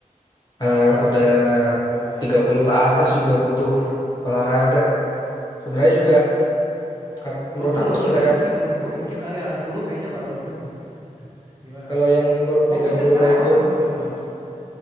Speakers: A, on the left; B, on the right.
A: eh, udah
B: Lumayan
A: tiga
B: ya.
A: puluh ke atas juga butuh olahraga. Sebenarnya juga kat- menurut
B: Betul,
A: aku
B: sangat
A: sih nggak
B: butuh
A: ada
B: sih menurut gue.
A: Mm-mm.
B: Mungkin ah, ya 60 kayaknya baru <laughs> gimana.
A: Kalau yang umur
B: Hobinya
A: tiga puluh
B: sekarang
A: kayak
B: apa
A: gue
B: Mas?
A: mah,
B: Kalau gitu Mas.